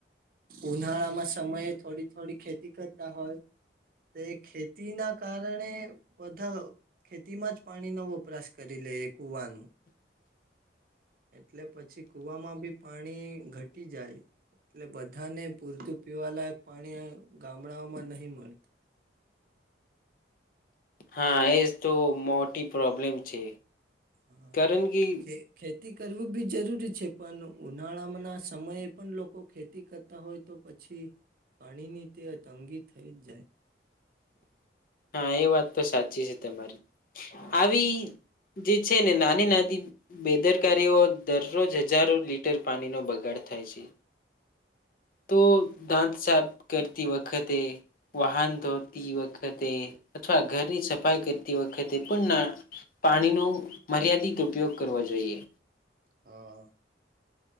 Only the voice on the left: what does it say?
<inaudible>
હા, એજ તો મોટી પ્રોબ્લેમ છે.
કારણ કે
<inaudible> હા, એ વાત તો સાચી છે તમારી. આવી જે છે ને નાની-નાની બેદરકારીઓ દરરોજ હજારો લીટર પાણીનો બગાડ થાય છે. તો દાંત સાફ કરતી વખતે, વાહન ધોતી વખતે, અથવા ઘરની સફાઈ કરતી વ ખતે પણ ના પાણીનો મર્યાદિત ઉપયોગ કરવા જોઈએ.